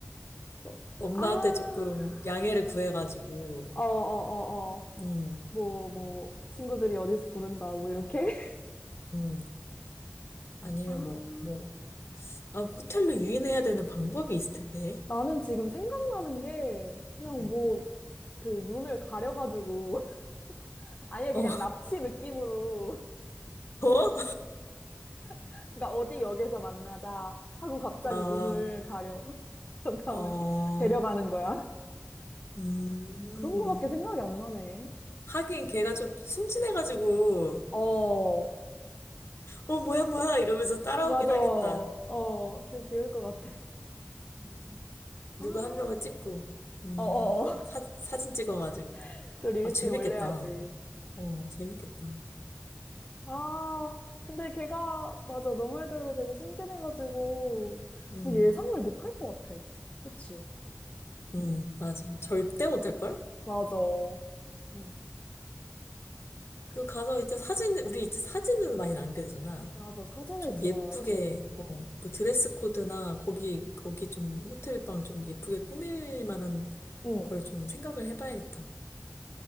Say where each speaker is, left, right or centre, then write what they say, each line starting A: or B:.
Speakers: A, on the left; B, on the left.
A: 어, 엄마한테
B: 아.
A: 조금 양해를 구해가지고,
B: 어, 어, 어, 어.
A: 음,
B: 뭐, 뭐,
A: 음,
B: 친구들이 어디서 부른다, 뭐, 이렇게. <laughs>
A: 음. 아니면
B: 아.
A: 뭐, 뭐, 아, 호텔로 유인해야 되는 방법이 있을 텐데.
B: 나는 지금 생각나는 게, 그냥
A: 음.
B: 뭐, 그 눈을 가려가지고, <laughs> 아예 그냥
A: 어,
B: 납치 느낌으로,
A: <laughs> 어?
B: <laughs> 그러니까 어디 역에서 만나자 하고 갑자기
A: 아,
B: 눈을 가려. <laughs> 그 다음에
A: 어,
B: <laughs> 데려가는 거야.
A: 음.
B: <laughs> 그런 거밖에 생각이 안 나네.
A: 하긴 걔가 좀 순진해가지고,
B: 어,
A: 어, 뭐야, 뭐야, 이러면서 따라오긴
B: 맞아.
A: 하겠다.
B: 어, 되게 귀여울 것 같아.
A: 음. 음. 누구
B: 아,
A: 한 명을 찍고, 음,
B: 어어어.
A: 사, 사진 찍어가지고.
B: <laughs> 또 릴스에
A: 아, 재밌겠다.
B: 올려야지.
A: 어, 재밌겠다.
B: 아, 근데 걔가, 맞아. 너 말대로 되게 순진해가지고
A: 음,
B: 어, 예상을 못할 것 같아. 그치?
A: 음, 맞아. 절대 못할걸?
B: 맞아. 어,
A: 어. 그리고 가서 이제 사진, 우리 이제 사진으로 많이 남겨야 되잖아.
B: 맞아. 사진을
A: 좀
B: 찍어야지.
A: 예쁘게, 어, 뭐 드레스 코드나 거기, 거기 좀 호텔 방 좀 예쁘게 꾸밀 만한
B: 응.
A: 걸 좀 생각을 해봐야겠다.